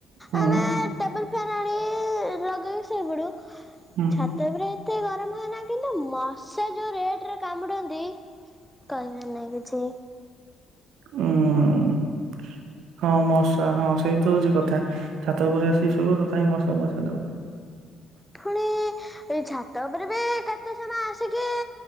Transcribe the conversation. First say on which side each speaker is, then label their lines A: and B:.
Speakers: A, on the right; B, in the centre.
A: ହୁଁ
B: ଆମେ ଟେବୁଲ ଫ୍ୟାନ ଆଣି ଲଗେଇବୁ ସେଇପଡୁ
A: ହୁଁ
B: ଛାତ ଉପରେ ଏତେ ଗରମ ହୁଏନା କିନ୍ ମସା ଯୋଉ ରେଟରେ କାମୁଡନ୍ତି କହିବାର ନାଇଁ କିଛି।
A: ଉୁଁ ହଁ ମଶା ହଁ ସେଇ ତ ହଉଛି କଥା ଛାତ ଉପରେ ଆସିକି ଶୋଇବ ତଥାପି ମଶା ମଶା ଲାଗଚି।
B: ପୁଣି ଏଇ ଛାତ ଉପରେ ବି କେତେ ସମୟ ଆସିକି